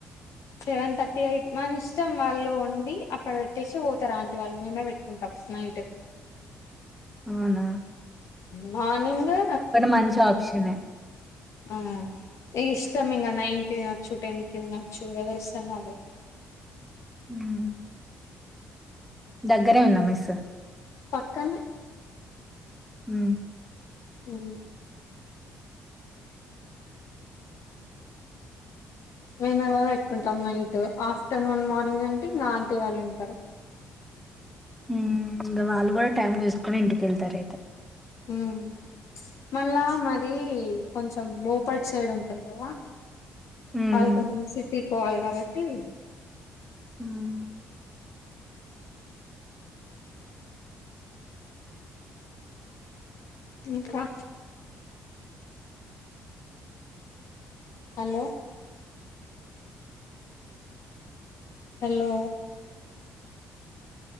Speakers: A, on the left; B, in the centre.
A: సెవెన్ థర్టీ అయి మన ఇష్టం వాళ్ళు వండి అక్కడ పెట్టేసి పోతారు ఆంటి వాళ్ళు మేమే పెట్టుకుంటాం నైట్
B: వునా
A: మా నింగే
B: మంచి ఆప్షనే
A: ఆ ఇస్తాం ఇంగ నైన్ కి తినొచ్చు టెన్ కి తినొచ్చు ఎవరి ఇష్టం వాళ్ళది.
B: హ్మ్ దగ్గరే ఉందా మెస్
A: పక్కన్నె
B: మ్
A: మ్ మేమేమో పెట్టుకుంటాం నైట్ ఆఫ్టర్నూన్ మార్నింగ్ అంటే ఇంగా ఆంటీ వాళ్ళు ఉంటారు.
B: మ్ ఇంకా వాళ్ళు కూడా టైమ్ తీసుకుని ఇంటికెళ్తారు అయితే
A: మ్ మళ్ళా మాది కొంచెం లోపల సైడ్ ఉంటుంది కదా
B: హ్మ్.
A: వాళ్ళు కొంచెం సిటికి పోవాలి కాబట్టి
B: హ్మ్.
A: ఇంకా హలో హలో